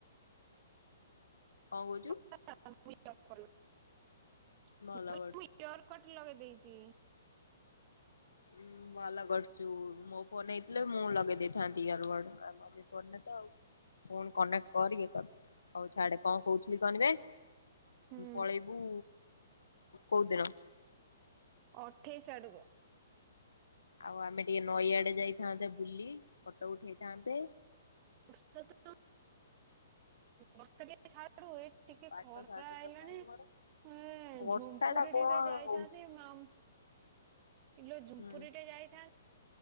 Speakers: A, on the left; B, on the right.
A: କଣ କହୁଚୁ?
B: <unintelligible>
A: ଭଲ କର
B: ଇଅର୍ କଟ୍ ଲଗେଇ ଦେଇଛି।
A: ଉଁ ଭଲ କରୁଛୁ ମୋ ଫୋନ ହେଇଥିଲେ ମୁଁ ଲଗେଇ ଦେଇଥାନ୍ତି ଇଅରକଡ୍ ଟା। <unintelligible> ହଉ ଛାଡେ। କଣ କହୁଥିଲି କହନିବେ
B: ହୁଁ
A: ପଳେଇବୁ କୋଉଦିନ?
B: ଅଠେଇଶି ଆଡ଼କୁ।
A: ଆଉ ଆମେ ଟିକେ ନଈଆଡ଼େ ଯାଇଥାନ୍ତେ ବୁଲି ଫଟୋ ଉଠେଇଥାନ୍ତେ।
B: ବର୍ଷା ତ ବର୍ଷ ଟିକେ ଛାଡ଼ୁ ଏ ଟିକେ
A: ପାଠ
B: ଖରା
A: ସାଠ
B: ହେଇଲାଣି।
A: ତ ନାହିଁ ମୋର
B: ହଁ
A: ବର୍ଷା
B: ଝୁମପୁର
A: ଟା କଣ
B: ଟିକେ ଯାଇଥାନ୍ତି
A: ହଉଛି
B: ମ ଆମ। କିଲୋ ଝୁମ୍ପୁରୀ
A: ହୁଁ
B: ଟେ ଯାଇଥାନ୍ତ